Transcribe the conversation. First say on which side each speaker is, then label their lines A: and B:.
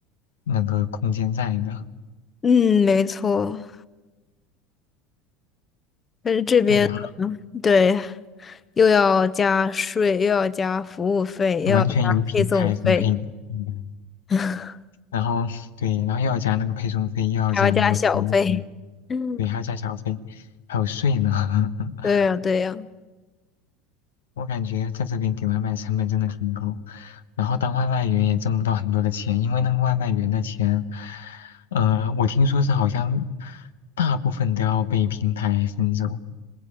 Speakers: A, on the left; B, on the left.
A: 那个空间在的。
B: 嗯，没错，但是这边
A: 哎呀，
B: 对。又要加税，又要加服务费，又要加配送费，
A: 完全由平台分配的，嗯，
B: <laughs>
A: 然后对，然后又要加那个配送费，又要加那个服务费。
B: 还要加小费。嗯，
A: 对，还要加小费，还有税呢。<laughs>
B: 对呀，对呀。
A: 我感觉在这边点外卖成本真的挺高，然后当外卖员也挣不到很多的钱，因为那个外卖员的钱，呃，我听说是好像大部分都要被平台分走。